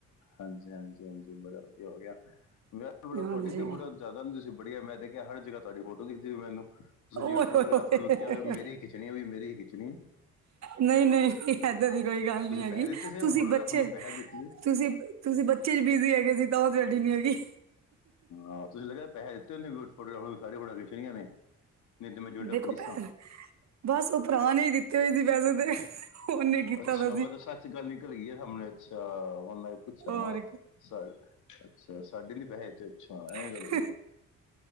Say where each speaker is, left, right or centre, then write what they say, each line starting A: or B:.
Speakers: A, on the left (about 75°); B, on the right (about 60°).
A: ਹਾਂਜੀ-ਹਾਂਜੀ-ਹਾਂਜੀ ਬੜਾ ਵਧੀਆ ਹੋ ਗਿਆ, ਵਿਆਹ
B: ਹਾਂਜੀ
A: ਤੁਹਾਡੀ ਤੇ ਫੋਟੋ ਜ਼ਿਆਦਾ ਤੇ ਬੜੀਆ, ਮੈਂ ਤੇ ਕਿਹਾ ਹਰ ਜਗ੍ਹਾ ਤੁਹਾਡੀ ਫੋਟੋ ਦਿਖਦੀ ਐ ਮੈਨੂੰ। ਤੁਸੀਂ ਜਿਵੇਂ
B: ਓਏ
A: ਫੋਟੋਗ੍ਰਾਫਰ
B: ਹੋਏ ਹੋਏ
A: ਨੂੰ ਕਿਹਾ ਹੋਵੇ, ਮੇਰੀ ਈ ਖਿੱਚਣੀ ਐ ਵੀ ਮੇਰੀ ਖਿੱਚਣੀ ਐ।
B: ਨਹੀਂ-ਨਹੀਂ ਏਦਾਂ ਦੀ ਕੋਈ ਗੱਲ
A: ਤੁਸੀਂ
B: ਨਹੀਂ ਹੈਗੀ,
A: ਪੈਸੇ ਦਿੱਤੇ ਸੀ
B: ਤੁਸੀਂ
A: ਫੋਟੋਗ੍ਰਾਫਰ
B: ਬੱਚੇ
A: ਨੂੰ ਪੈਸੇ ਦਿੱਤੇ ਸੀ
B: ਤੁਸੀਂ ਤੁਸੀਂ ਬੱਚੇ 'ਚ ਬਿਜ਼ੀ ਹੈਗੇ ਸੀ ਤਾਂ ਤੁਹਾਡੀ ਨੀ ਹੈਗੀ।
A: ਹਾਂ ਤੁਸੀਂ ਲੱਗਿਆ ਪੈਹੇ ਦਿੱਤੇ ਨੇ ਫੋਟੋਗਰਾਫ਼ਰ ਨੂੰ ਸਾਰੀਆਂ ਫੋਟੋਆਂ ਖਿੱਚਾਈਆਂ ਨੇ। <unintelligible>
B: ਦੇਖੋ ਭੈਣ ਬਸ ਉਹ ਭਰਾ ਨੇ ਹੀ ਦਿੱਤੇ ਹੋਏ ਸੀ ਪੈਸੇ ਤੇ ਉਹਨੇ ਕੀਤਾ
A: ਅੱਛਾ
B: ਦਾ ਸੀ
A: ਮਤਲਬ ਸੱਚ ਗੱਲ ਨਿਕਲ ਗਈ ਆ ਸਾਹਮਣੇ ਅੱਛਾ ਹੁਣ ਮੈਂ ਪੁੱਛਾਂ
B: ਹੋਰ ਕੀ
A: ਸਾ ਅੱਛਾ ਸਾਡੇ ਲਈ ਪੈਹੇ ਦਿੱਤੇ। ਅੱਛਾ
B: <inaudible>
A: ਐਂ ਗੱਲ ਹੋਈ ਹੈ